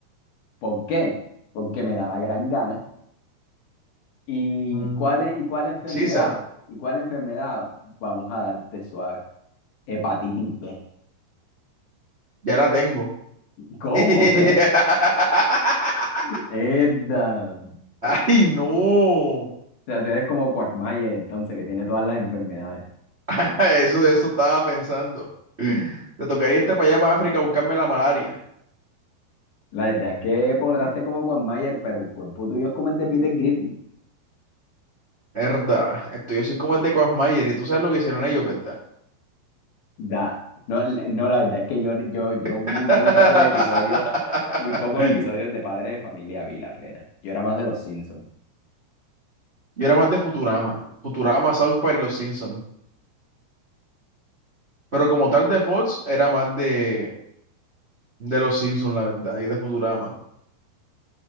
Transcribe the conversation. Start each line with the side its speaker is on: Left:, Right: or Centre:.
Left: ¿Por qué? Porque me da la gran gana. ¿Y
Right: Mm,
Left: cuál, e- y cuál enfermedad?
Right: sisa,
Left: ¿Y cuál enfermedad? Vamos a darte suave. Hepatitis B.
Right: ya la tengo.
Left: ¿Cómo?
Right: <laughs>
Left: <laughs> Herda. O
Right: ¡Ay, no!
Left: sea, tú eres como Quagmire entonces, que tiene todas las enfermedades.
Right: <laughs> Eso, eso estaba pensando. Te tocaría irte para allá, para África, a buscarme la malaria.
Left: La verdad es que podrás ser como Juan Mayer, pero el cuerpo tuyo es como el de Peter Griffin.
Right: Verdad. Esto yo soy como el de Quagmire y tú sabes lo que hicieron ellos, ¿verdad?
Left: Da. No, la- no, la verdad es que yo, yo, yo
Right: <laughs>
Left: muy, muy pocos episodios, muy pocos episodios de Padre de Familia vi la plena. Yo era más de los Simpsons.
Right: Yo era más de Futurama. Futurama, South Park y Los Simpsons. Pero como tal de Fox, era más de, de Los Simpsons, la verdad, y de Futurama.